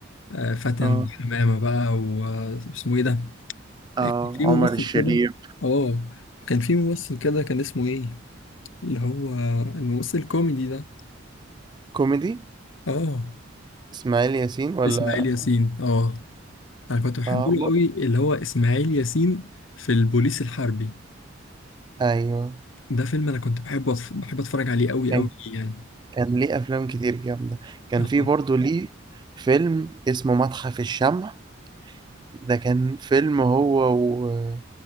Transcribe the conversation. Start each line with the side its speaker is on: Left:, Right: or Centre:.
Left: آه، فاتن
Right: اه
Left: حمامة بقى واسمه ايه ده
Right: اه
Left: كان في
Right: عمر
Left: ممثل
Right: الشريف
Left: كده اه كان في ممثل كده كان اسمه ايه اللي هو الممثل الكوميدي ده
Right: كوميدي
Left: اه
Right: اسماعيل ياسين ولا
Left: اسماعيل ياسين اه انا كنت بحبه
Right: اه
Left: له
Right: م-
Left: قوي اللي هو اسماعيل ياسين في البوليس الحربي
Right: ايوه
Left: ده فيلم انا كنت بحبه بحب اتفرج عليه قوي
Right: كان
Left: قوي يعني
Right: كان ليه افلام كتير جامده كان
Left: اه
Right: في برضه ليه فيلم اسمه متحف الشمع ده كان فيلم هو و...